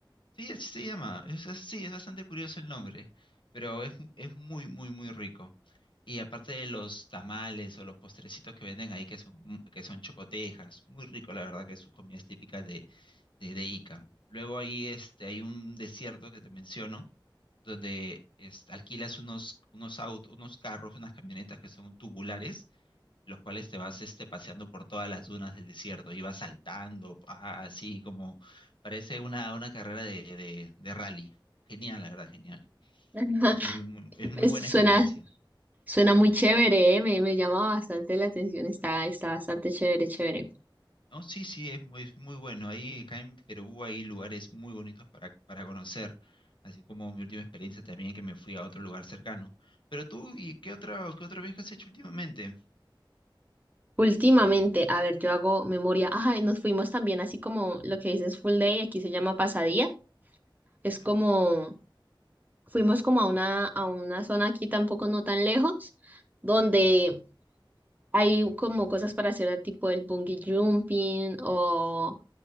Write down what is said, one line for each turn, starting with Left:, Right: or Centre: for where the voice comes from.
Left: Sí, así se llama. Es, es- sí, es bastante curioso el nombre, pero es, es muy, muy, muy rico. Y aparte de los tamales o los postrecitos que venden ahí, que son, que son chocotejas, muy rico, la verdad, que sus comidas típicas de, de, de Ica. Luego ahí este, hay un desierto que te menciono, donde este, alquilas unos, unos autos, unos carros, unas camionetas que son tubulares los cuales te vas este, paseando por todas las dunas del desierto y vas saltando, pa, así como parece una, una carrera de, de, de rally. Genial, la verdad, genial.
Right: <laughs>
Left: Muy, muy- es muy
Right: Pues,
Left: buena
Right: Suena
Left: experiencia.
Right: Suena muy chévere, ¿eh? Me, me llama bastante la atención, está, está bastante chévere, chévere.
Left: No, sí, sí, es muy, es muy bueno. Ahí acá en Perú hay lugares muy bonitos para, para conocer, así como mi última experiencia también que me fui a otro lugar cercano. Pero tú, ¿y qué otro, qué otro viaje has hecho últimamente?
Right: Últimamente, a ver, yo hago memoria. Ajá, y nos fuimos también así como lo que dices full day, aquí se llama pasadía. Es
Left: ¿Ya?
Right: como, fuimos como a una, a una zona aquí tampoco no tan lejos, donde hay como cosas para hacer tipo el bungee jumping o